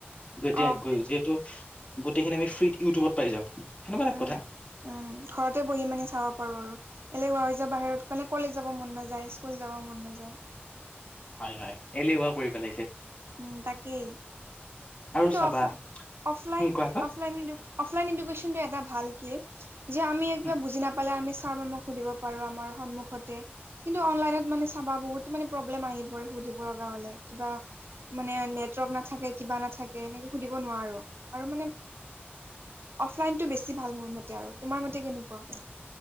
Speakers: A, on the left; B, on the right.
A: গতিয়া
B: অ',
A: যিহেতু গোটেইখিনি আমি ফ্ৰীত ইউটিউবত পাই যাওঁ। সেনেকুৱা এটা
B: উম।
A: কথা
B: উম ঘৰতে বহি মানে চাব পাৰো আৰু এলেহুৱা হৈ যোৱা বাহিৰত কলে কলেজ যাব মন নাযায়, স্কুল যাব মন নাযায়
A: হয় হয় একেহুৱা কৰি পেলাইছে।
B: উম তাকেই
A: আৰু
B: কিন্তু
A: চাবা
B: অফ অফলাইন
A: উম কোৱা কোৱা
B: অফলাইন ইডু অফলাইন এডুকেশ্বনটো এটা ভাল কি যে আমি কিবা
A: উম,
B: বুজি নেপালে আমি ছাৰ-মেমক সুধিব পাৰোঁ আমাৰ সন্মুখতে কিন্তু অনলাইনত মানে চাবা বহুত মানে প্ৰব্লেম আহি পৰে সুধিব লগা হলে কিবা মানে নেটৱৰ্ক নাথাকে, কিবা নাথাকে এনেকে সুধিব নোৱাৰো আৰু মানে অফলাইনটো বেছি ভাল মোৰ মতে আৰু তোমাৰ মতে কেনেকুৱা?